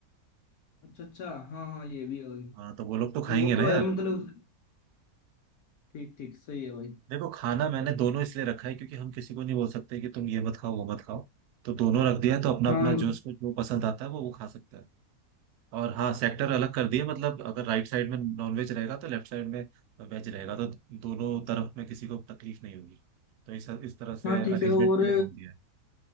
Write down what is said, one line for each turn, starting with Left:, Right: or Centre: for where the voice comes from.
Left: अच्छा अच्छा हाँ हाँ ये भी है भाई
Right: हाँ तो वो लोग तो खाएंगे
Left: वो
Right: ना
Left: तो
Right: यार
Left: है मतलब ठीक ठीक सही है भाई
Right: देखो खाना मैंने दोनों इसलिए रखा है क्योंकि हम किसी को नहीं बोल सकते कि तुम ये मत खाओ वो मत खाओ तो दोनों रख दिया है, तो अपना
Left: हाँ
Right: अपना जो उसको जो पसंद आता है वो वो खा सकता है और हाँ सेक्टर अलग कर दिए मतलब अगर राइट साइड में नॉनवेज रहेगा तो लेफ्ट साइड में वेज रहेगा तो दोनों तरफ में किसी को तकलीफ नहीं होगी तो इस इस तरह से
Left: हाँ ठीक
Right: अरेंजमेंट
Left: है और
Right: के लिए बोल दिया है